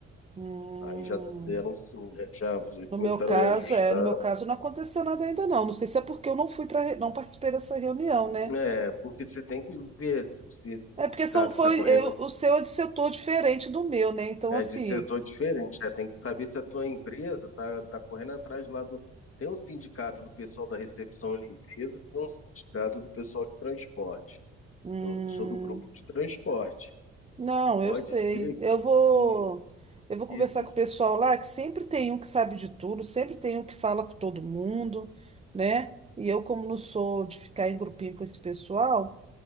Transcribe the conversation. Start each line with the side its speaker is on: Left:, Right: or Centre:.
Right: Hum,
Left: Aí já deram, um- já
Right: no
Left: começaram
Right: meu caso,
Left: a reajustar.
Right: é, no meu caso não aconteceu nada ainda não. Não sei se é porque eu não fui para não participei dessa reunião, né?
Left: É, porque você tem que ver se se esse
Right: É
Left: sindicato
Right: porque são foi
Left: está correndo
Right: eu- o seu é de setor diferente do meu, né? Então
Left: é,
Right: assim,
Left: de setor diferente, né? Tem que saber se a tua empresa está tá tá correndo atrás lá do. Tem um sindicato do pessoal da recepção e limpeza, tem um sindicato do pessoal de transporte.
Right: Hum,
Left: Eu sou do grupo de transporte.
Right: não,
Left: Pode
Right: eu sei.
Left: ser
Right: Eu
Left: que,
Right: vou,
Left: que
Right: eu vou conversar
Left: esses.
Right: com o pessoal lá, que sempre tem um que sabe de tudo, sempre tem um que fala com todo mundo, né? E eu, como não sou de ficar em grupinho com esse pessoal,